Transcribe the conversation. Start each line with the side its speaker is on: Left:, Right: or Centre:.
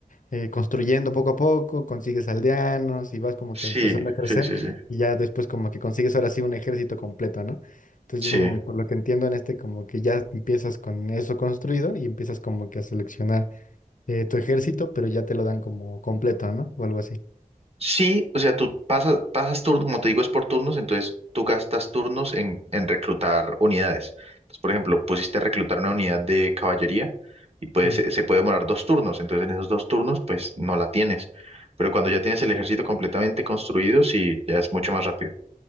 Left: eh, construyendo poco a poco, consigues aldeanos y vas como
Right: Sí,
Left: que empezando a crecer
Right: sí, sí, sí.
Left: y ya después como que consigues ahora sí un ejército completo, ¿no? Entonces,
Right: Sí.
Left: mm, por lo que entiendo en este, como que ya empiezas con eso construido y empiezas como que a seleccionar eh, tu ejército, pero ya te lo dan como completo, ¿no? O algo así.
Right: Sí, o sea, tú pasas, pasas turnos, como te digo, es por turnos, entonces tú gastas turnos en, en reclutar unidades. Entonces, por ejemplo, pusiste a reclutar una unidad de caballería y pues
Left: Mm,
Right: se se puede demorar dos turnos, entonces en esos dos turnos pues no la tienes. Pero cuando ya tienes el ejército completamente construido, sí, ya es mucho más rápido.